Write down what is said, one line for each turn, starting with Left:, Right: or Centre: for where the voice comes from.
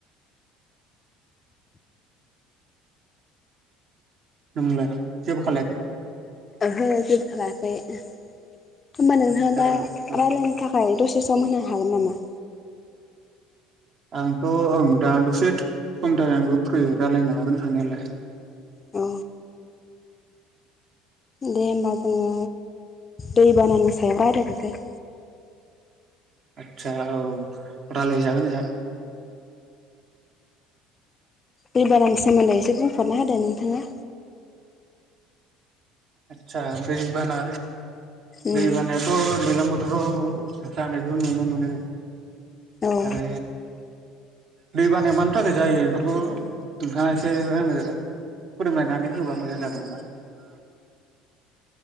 Right: नोंलाय जेबो खालायाखै
Left: ओहो जेबो खालायाखै होनबा नोंथांआ
Right: आदसा
Left: दा
Right: औ
Left: रायलायनो
Right: औ
Left: थाखाय दसे सम होनो हागोन नामा?
Right: आंथ' ओं दा दसे सम थाखाय आंबो फ्रि रायलायनो हागोन हानायालाय
Left: औ दे होमबा जोङो दै बानानि सायाव रायलायनोसै
Right: आतसा औ रायज्लाय जागोन
Left: दैबानानि सोमोन्दै एसे बुंफोरना होदो नोंथाङा?
Right: आतसा दैबाना
Left: उम
Right: दै बानायाथ' दैलां राव जानायखौ नुनो मोनो
Left: औ
Right: आरो दै बानाया मानि थाखाय जायो बेफोरखौ नोंथाङा एसे आंनो फोरोंलायनानै होबा मोजां जागोन नामा?